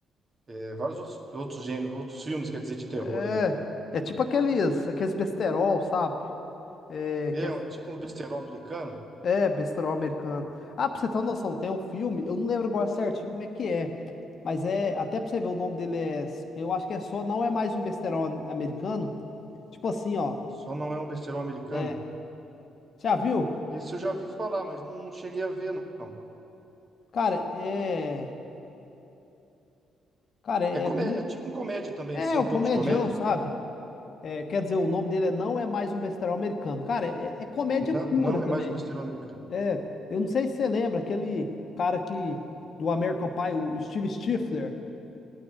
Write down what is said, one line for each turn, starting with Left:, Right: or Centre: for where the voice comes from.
Right: é, vários outros, outros gêneros, outros filmes, quer dizer, de terror
Left: é,
Right: ali.
Left: é tipo aqueles, aqueles besterol, sabe? É,
Right: E
Left: que
Right: é
Left: é,
Right: um, tipo um besterol americano.
Left: é besterol americano. Ah, pra você ter uma noção, tem um filme, eu não lembro agora certinho como é que é, mas é, até pra você ver o nome dele é, eu acho que é só, não é mais um besterol americano. Tipo assim, ó,
Right: Só não é um besterol americano.
Left: é, já viu?
Right: Esse eu já vi falar, mas não, não cheguei a ver, não.
Left: Cara, é. Cara, é
Right: É comédia,
Left: muito.
Right: é tipo um comédia também,
Left: É
Right: assim, um
Left: um comedião,
Right: pouco de comédia.
Left: sabe? É, quer dizer, o nome dele é Não É Mais Um Besterol Americano. Cara, é, é comédia
Right: Não,
Left: pura
Right: não é
Left: também.
Right: mais um besterol americano.
Left: É, eu não sei se você lembra aquele cara que. Do American Pie, o Steve Stifler.